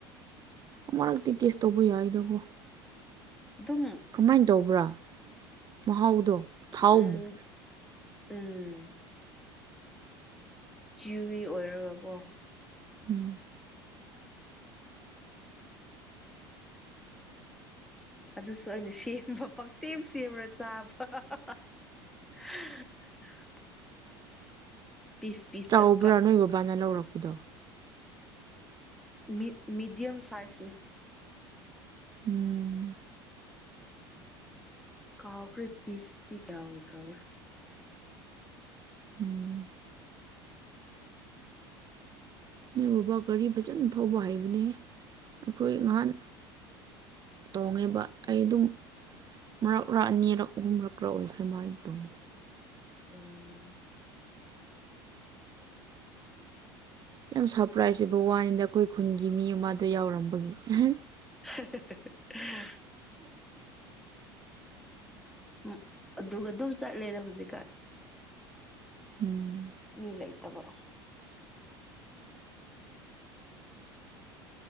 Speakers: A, on the right; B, in the centre.
A: ꯑꯃꯨꯔꯛꯇꯤ ꯇꯦꯁ ꯇꯧꯕ ꯌꯥꯏꯗꯀꯣ
B: ꯑꯗꯨꯝ
A: ꯀꯃꯥꯏꯅ ꯇꯧꯕ꯭ꯔꯥ ꯃꯍꯥꯎꯗꯣ ꯊꯥꯎꯃꯨꯛ
B: ꯎꯝ ꯎꯝ ꯨꯖꯤꯋꯤꯏ ꯑꯣꯏꯔꯒꯀꯣ
A: ꯎꯝ
B: ꯑꯗꯨꯁꯨ ꯑꯩꯅ ꯁꯦꯝꯕ ꯄꯥꯛꯁꯦꯝ ꯁꯦꯝꯔ ꯆꯥꯕ <unintelligible> ꯄꯤꯁ ꯄꯤꯁꯇ
A: ꯆꯥꯎꯕ꯭ꯔꯥ
B: ꯀꯛ
A: ꯅꯣꯏ ꯕꯕꯥꯅ ꯂꯧꯔꯛꯄꯗꯣ
B: ꯃꯤ ꯃꯤꯗꯤꯌꯝ ꯁꯥꯏꯖꯅꯦ
A: ꯎꯝ
B: ꯀꯥꯎꯈꯔ ꯄꯁꯇꯤ ꯇ ꯏꯈ꯭ꯔꯕ
A: ꯎꯝ ꯃꯤ ꯎꯕꯥ ꯀꯔꯤ ꯐꯖꯅ ꯊꯧꯕ ꯍꯥꯏꯕꯅꯤ ꯑꯩꯈꯣꯏ ꯉꯍꯥꯟ ꯇꯣꯡꯉꯦꯕ ꯑꯩ ꯑꯗꯨꯝ ꯃꯔꯛꯂ ꯑꯅꯤꯔꯛ ꯑꯍꯨꯝ ꯃꯔꯛ꯭ꯔ ꯑꯣꯏꯈ꯭ꯔꯦꯃꯥꯏꯅ ꯇꯣꯡ
B: ꯎꯝ
A: ꯌꯥꯝ ꯁꯔꯄ꯭ꯔꯥꯏꯖ ꯑꯣꯏ ꯕ ꯋꯥꯅꯤꯗ ꯑꯩꯈꯣꯏ ꯈꯨꯟꯒꯤ ꯃꯤ ꯑꯃꯗꯣ ꯌꯥꯎꯔꯝꯕꯒꯤ ꯑꯦꯍ
B: <unintelligible> ꯎꯝ ꯑꯗꯨꯒ ꯑꯗꯨꯝ ꯆꯠꯂꯦꯔ ꯍꯧꯖꯤꯛꯀꯥꯟ
A: ꯎꯝ
B: ꯃꯤ ꯂꯩꯇꯕ